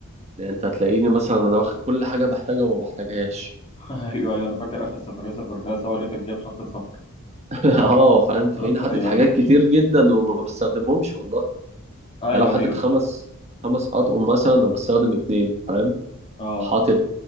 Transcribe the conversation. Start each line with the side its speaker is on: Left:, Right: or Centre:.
Right: يعني انت هتلاقيني مثلا انا واخد كل حاجة بحتاجها وما بحتاجهاش
Left: <laughs> ايوه ايوه انا فاكر اخر سفرية سافرناها سوا لقيتك جايب شنطة سفر
Right: <laughs> اه فاهم
Left: <laughs>
Right: تلاقيني حاطط
Left: ايوه
Right: حاجات
Left: ايوه
Right: كتير جدا وما بستخدمهمش والله
Left: ايوه
Right: يعني لو حاطط
Left: ايوه
Right: خمس خمس اطقم مثلا انا بستخدم اتنين فاهم
Left: اه
Right: حاطط